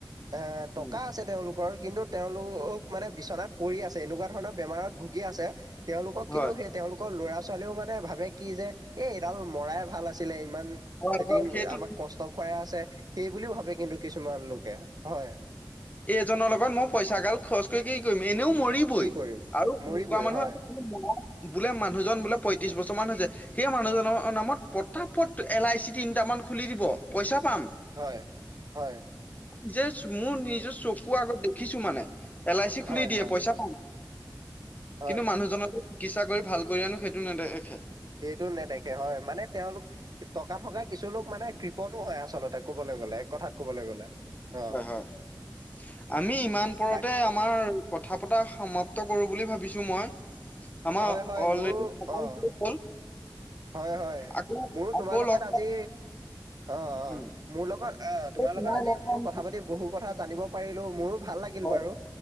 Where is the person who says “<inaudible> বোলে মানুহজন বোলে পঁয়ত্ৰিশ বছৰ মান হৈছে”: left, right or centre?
Left